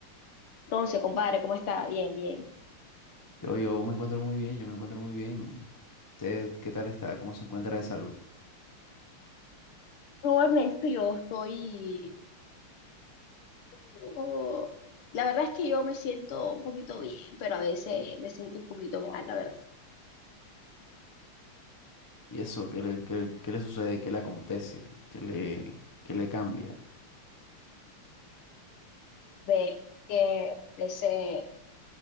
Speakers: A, on the left; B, on the left.
A: Entonces, compadre, ¿cómo está? Bien, bien.
B: Yo, yo me encuentro muy bien, yo me encuentro muy bien. ¿Usted qué tal está? ¿Cómo se encuentra de salud?
A: No, Ernesto, yo estoy... oh, La verdad es que yo me siento un poquito bien, pero a veces me siento un poquito mal, la verdad.
B: ¿Y eso? ¿Qué le, qué- qué le sucede? ¿Qué le acontece? ¿Qué le, qué le cambia?
A: Ve que a veces